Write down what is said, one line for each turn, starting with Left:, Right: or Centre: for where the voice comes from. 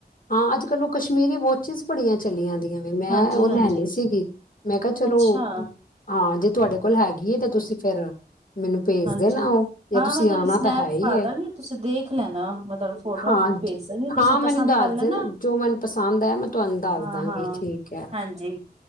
Left: ਹਾਂ ਅੱਜ ਕੱਲ ਉਹ ਕਸ਼ਮੀਰੀ ਵੋਚਿਸ ਬੜੀਆਂ ਚਲੀਆਂ ਦੀ ਮੈਂ
Right: ਹਾਂਜੀ-ਹਾਂਜੀ
Left: ਉਹ ਲੈਣੀ ਸੀਗੀ ਮੈਂ ਕਿਹਾ ਚਲੋ
Right: ਅੱਛਾ
Left: ਹਾਂ ਜੇ ਤੁਹਾਡੇ ਕੋਲ ਹੈਗੀ ਹੈ ਤਾਂ ਤੁਸੀਂ ਫਿਰ ਮੈਨੂੰ ਭੇਜ
Right: ਹਾਂਜੀ
Left: ਦੇ ਨਾ ਉਹ ਜਾਂ
Right: ਹਾਂ
Left: ਤੁਸੀਂ
Right: ਮੈਂ ਤੁਹਾਨੂੰ
Left: ਆਉਣਾ
Right: ਸਨੈਪ
Left: ਤਾਂ ਹੈ ਹੀ
Right: ਪਾ
Left: ਹੈ
Right: ਦਾਂਗੀ ਤੁਸੀਂ ਦੇਖ ਲੈਣਾ ਮੈਂ ਤੁਹਾਨੂੰ ਫੋਟੋਆਂ
Left: ਹਾਂ
Right: ਭੇਜ ਦਾਂਗੀ
Left: ਹਾਂ
Right: ਤੁਸੀਂ
Left: ਮੈਨੂੰ
Right: ਪਸੰਦ
Left: ਦੱਸ
Right: ਕਰ ਲੈਣਾ
Left: ਦੇ ਨਾ ਜੋ ਮੈਨੂੰ ਪਸੰਦ ਹੈ ਮੈਂ ਤੁਹਾਨੂੰ ਦੱਸ
Right: ਹਾਂ
Left: ਦਾਂਗੀ
Right: ਹਾਂ
Left: ਠੀਕ ਹੈ
Right: ਹਾਂਜੀ